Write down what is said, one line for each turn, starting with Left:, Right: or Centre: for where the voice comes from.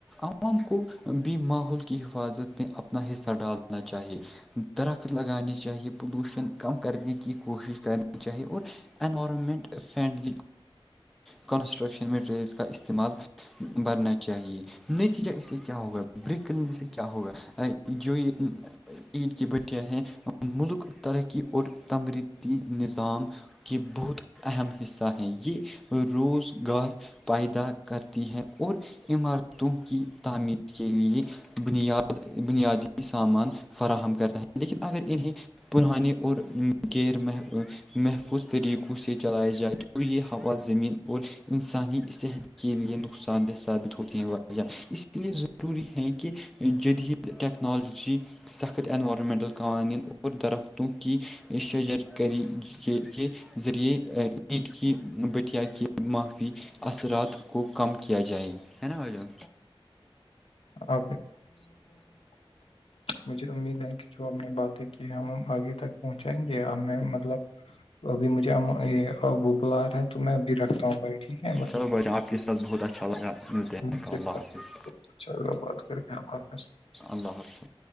Centre: عوام کو بھی ماحول کی حفاظت میں اپنا حصہ ڈالنا چاہیے درخت لگانے چاہیے پولوشن کم کرنے کی کوشش کرنی چاہی اور environment friendly construction materials کا استعمال بھرنا چاہیے نتیجہ اس سے کیا ہوگا بریک کلن سے کیا ہوگا جو یہ اید کی بٹیاں ہیں ملک ترقی اور تمریتی نظام کے بہت اہم حصہ ہیں یہ روزگار پیدا کرتی ہے اور عمارتوں کی تعمیر کے لیے بنیاد بنیادی سامان فراہم کرتا ہے لیکن اگر انہیں پرانیے اور غیر محفوظ طریقوں سے چلاائی جائے تو یہ ہوا زمین اور انسانی صحت کے لیئے ن نقصان دہ ثابت ہوتی ہیں وہ اس لیے ضروری ہے کہ جدید ٹیکنالوجی سخت اینوارمنٹل قوانین اور درختوں کی شجر کرری کے کے ذریعے پینٹ کی بٹیا کے معافی اثرات کو کم کیا جائے ہے نا بھ جان
Left: آ مجھے امید ہے کہ جو ہم نے باتیں کی ہم آگے تک پہنچائیں گے ہمیں مطلب تو ابھی مجھے یہ وہ بل آ رہا ہیں تو میں ابھی رکھ رہا ہوں بھائی ٹھیک ہے بھائی
Centre: چلو جان آپ ساتھ بہت اچھا لگا ملتے
Left: مجھے
Centre: اللہ حافظ
Left: بہت اچھا لگا بات کر کے آپ کا
Centre: اللہ حفب